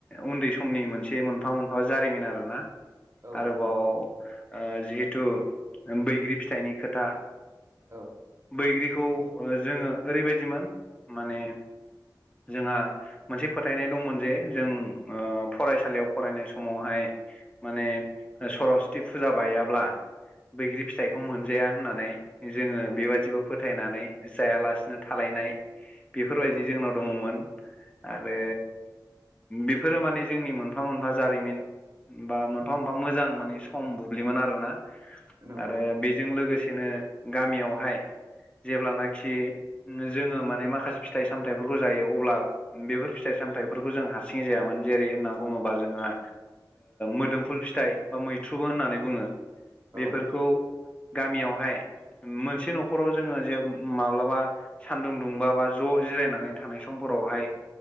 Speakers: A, on the left; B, on the right.
A: उन्दै समनि मोनसे मोनसे मोनफा मोनफा जारिमिन आरो ना
B: औ
A: आरोबाव
B: नंगौ नंगौ
A: ओ जिहेथु बैग्रि फिथाइनि खोथा
B: औ
A: बैग्रिखौ जोङो ओरैबायदिमोन माने जोंहा मोनसे फोथायनाय दंमोन जे जों ओ फरायसा सालियाव फरायनाय समावहाय माने सरस्वति फुजा बायाब्ला बैग्रि फिथाइखौ मोनजाया होननानै जोङो
B: औ
A: बेबादिबो फोथायनानै जायालासिनो थालायनाय बेफोरबायदि
B: औ
A: जोंनाव दङमोन आरो बेफोरो माने जोंनि मोन मोनफा मोनफा जारिमिन बा मोनफा मोनफा मोजां माने सम बुब्लिमोन आरोना
B: नंगौ
A: आरो बेजों लोगोसेनो गामियावहाय जेब्लानाखि जोङो माने माखासे फिथाइ सामथाइफोरखौ जायो अब्ला बेफोर फिथाइ सामथायफोरखौ जों हारसिङै जायामोन जेरै होन्ना बुङो बा जोंहा मोदोमफुल फिथाइ बा मैथ्रुबो होननानै बुङो बेफोरखौ
B: औ
A: गामियावहाय मोनसे न'खराव जोङो जे माब्लाबा सानदुं दुंबा बा ज' जिरायनानै थानाय समफोरावहाय